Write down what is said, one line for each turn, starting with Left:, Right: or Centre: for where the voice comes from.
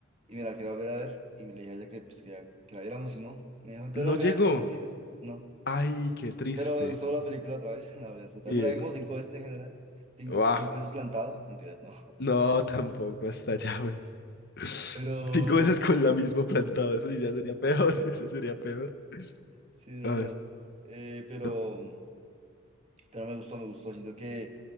Right: y me la quería volver a ver y le dije a ella que, pues, que, ya- que la viéramos y no. Me dijo, entonces
Left: no
Right: la volví
Left: llegó.
Right: a ver solo en cines. No.
Left: Ay, qué triste.
Right: Pero me gustó la película otra vez, <laughs> la volví a disfrutar.
Left: Bien.
Right: Me la vi como cinco veces en general. Cinco,
Left: Guau.
Right: cinco veces plantado. Mentiras, no.
Left: No, tampoco hasta allá, güey. <laughs>
Right: Pero,
Left: Cinco veces con la misma plantado, eso sí ya sería peor, <laughs> eso sería peor.
Right: sí, no,
Left: A ver,
Right: no. Eh, pero,
Left: no,
Right: pero me gustó, me gustó. Siento que